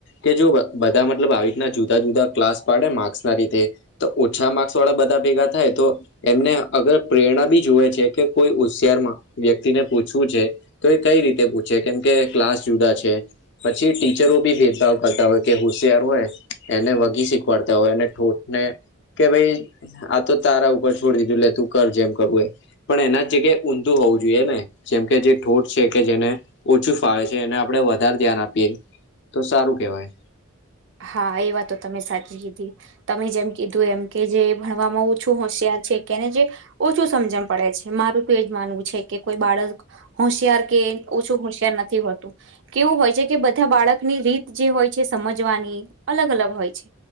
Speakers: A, on the left; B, on the right.
A: કે જો બ બધા મતલબ આવી રીતના જુદા જુદા ક્લાસ પાડે માર્ક્સ ના લીઘે. તો ઓછા માર્ક્સ વાળા બધા ભેગા થાય તો એમને અગર પ્રેરણા બી જોુવે છે કે કોઈ હોશિયારમાં વ્યક્તિને પૂછવું છે. તો એ કઈ રીતે પૂછે કેમ કે ક્લાસ જુદા છે. પછી ટીચરો બી ભેદભાવ કરતા હોય કે હોશિયાર હોય એને વઘી શીખવાડતા હોય અને ઠોઠ ને કે ભાઈ આ તો તારા ઉપર છોડી દીધું લે તું કર જેમ કરું એમ. પણ એના જગ્યાએ ઊંધું હોવું જોઈએ ને જેમ કે જે ઠોઠ છે કે જેને ઓછું ફાવે છે. જે એને આપડે વધારે ધ્યાન આપીએ તો સારું કેવાય.
B: હા એ વાતો તમે સાચી કીધી. તમે જેમ કીધું એમ કે જે ભણવામાં ઓછું હોશિયાર છે. કેને જે ઓછું સમજણ પડે છે મારું તો એજ માનવું છે કે કોઈ બાળક હોશિયાર કે ઓછું હોશિયાર નથી હોતું કેવું હોય છે કે બધા બાળકની રીત જે હોય છે સમજવાની અલગ અલગ હોય છે.